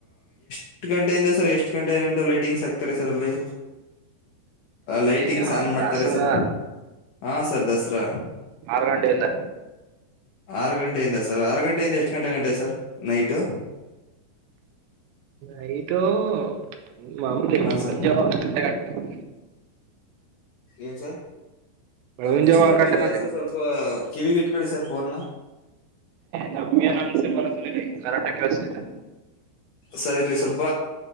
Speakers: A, on the left; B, on the right.
A: ಎಷ್ಟು ಗಂಟೆಯಿಂದ ಸರ್ ಎಷ್ಟು ಗಂಟೆಗಂಟ ಲೈಟಿಂಗ್ ಹಕ್ತಾರೆ ಸರ್ ಅಲ್ಲಿ ಲೈಟ್ ಟಿಂಗ್ನ್
B: ಯಾವ
A: ಆನ್ ಮಾಡ್ತಾರೆ
B: ದಾಸರ
A: ಸರ್ ಹಾ ಸರ್ ದಸರಾ
B: ಆರು ಗಂಟೆಯಿಂದ
A: ಆರು ಗಂಟೆ ಗೆ ಯಿಂದ ಆರು ಗಂಟೆಯಿಂದ ಎಷ್ಟು ಗಂಟೆ ಗಂಟ ಸರ್ ನೈಟ್
B: ಆಯಿತು ಹ್ಮ ಮಾಮಂದ
A: ಹಾ
B: <unintelligible>
A: ಸರ್
B: ಹ <inaudible>
A: ಏನ್ ಸರ್
B: ಬೆಳಗಿನ
A: ಡಿಸ್ಟರ್ಬ್
B: ಜಾವ ಆರು ಗಂಟೆ
A: ಆಯ್ತದೆ
B: ಗಂಟೆ
A: ಸ ಸ್ವಲ್ಪ ಕಿವಿಗೆ ಇಟ್ಕೊಳ್ಳಿ ಸರ್ ಫೋನ್
B: ನಮಗೇನು ಅನ್ನಿಸುತ್ತಿಲ್ಲಾಲ್ಪ ಸರ್ ಕರಾಟೆ ಕೇಳಿಸುತ್ತೆ
A: ಸರ್ ಇಲ್ಲಿ ಸ್ವಲ್ಪ